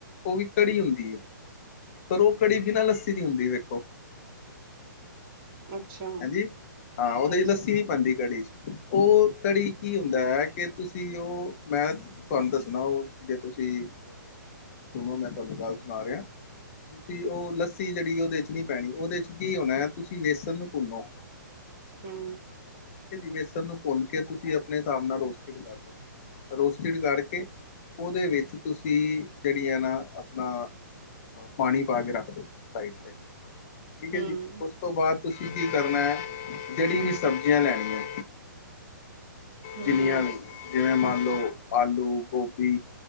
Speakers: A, on the left; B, on the right.
A: ਉਹ ਵੀ ਕੜੀ ਹੁੰਦੀ ਹੈ ਪਰ ਉਹ ਕੜੀ ਬਿਨਾਂ ਲੱਸੀ ਦੀ ਹੁੰਦੀ ਵੇਖੋ
B: ਅੱਛਾ
A: ਹਾਂਜੀ ਹਾਂ ਉਹਦੇ
B: ਅੱਛਾ
A: ਚ ਲੱਸੀ ਨੀ ਪਾਉਂਦੀ ਕੜੀ ਚ ਉਹ ਕੜੀ ਕੀ ਹੁੰਦਾ ਹੈ ਕਿ ਤੁਸੀਂ ਉਹ ਮੈਂ ਤੁਹਾਨੂੰ ਦੱਸਣਾ ਉਹ ਜੇ ਤੁਸੀਂ ਅਹ ਸੁਣੋ ਮੈਂ ਤੁਹਾਨੂੰ ਗੱਲ ਸੁਣਾ ਰਿਹਾ ਤੁਸੀਂ ਉਹ ਲੱਸੀ ਜਿਹੜੀ ਉਹਦੇ ਚ ਨਹੀਂ ਪੈਣੀ ਉਹਦੇ ਚ ਕੀ ਹੋਣਾ ਹੈ ਤੁਸੀਂ ਵੇਸਣ ਨੂੰ ਭੁੰਨੋ
B: ਹੂੰ।
A: ਵੇਸਨ ਨੂੰ ਭੁੰਨ ਕੇ ਤੁਸੀਂ ਆਪਣੇ ਹਿਸਾਬ ਨਾਲ ਰੋਸਟਿਡ ਕਰ ਲਓ। ਰੋਸਟਿਡ ਕਰਕੇ ਉਹਦੇ ਵਿੱਚ ਤੁਸੀਂ ਜਿਹੜੀਆਂ ਨਾ ਆਪਣਾ ਪਾਣੀ ਪਾ ਕੇ ਰੱਖ ਦਿਉ ਸਾਈਡ ਤੇ ਠੀਕ
B: ਹੂੰ
A: ਹੈ ਜੀ ਉਸ ਉਸ ਤੋਂ ਬਾਅਦ ਤੁਸੀਂ ਕੀ ਕਰਨਾ ਹੈ ਜਿਹੜੀ ਵੀ ਸਬਜ਼ੀਆਂ ਲੈਣੀਆਂ
B: ਹੂੰ
A: ਜਿੰਨੀਆਂ ਵੀ ਜਿਵੇਂ ਮੰਨ ਲਓ ਆਲੂ ਗੋਭੀ